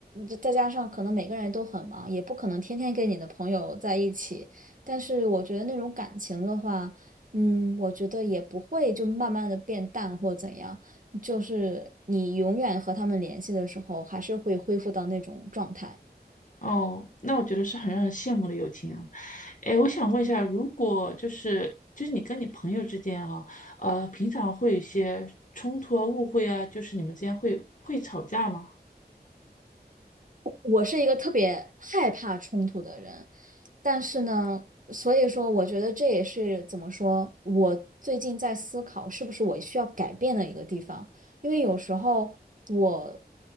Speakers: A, on the right (about 50°); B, on the left (about 50°).
A: 这再加上可能每个人都很忙，也不可能天天跟你的朋友在一起。但是我觉得那种感情的话，嗯，我觉得也不会就慢慢的变淡或怎样。就是你永远和他们联系的时候，还是会恢复到那种状态。
B: 哦，那我觉得是很让人羡慕的友情啊。哎，我想问一下，如果就是就是你跟你朋友之间啊，呃，平常会有一些冲突啊、误会啊，就是你们之间会会吵架吗？
A: 我是一个特别害怕冲突的人，但是呢，所以说我觉得这也是怎么说，我最近在思考是不是我需要改变的一个地方，因为有时候我